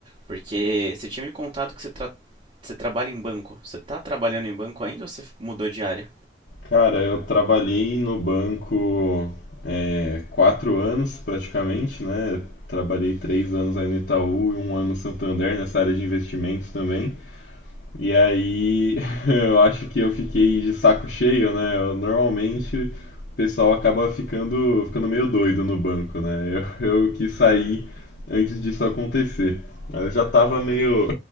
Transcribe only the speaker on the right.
porque você tinha me contado que você, tra você trabalha em banco. Você tá trabalhando em banco ainda ou você mudou de área?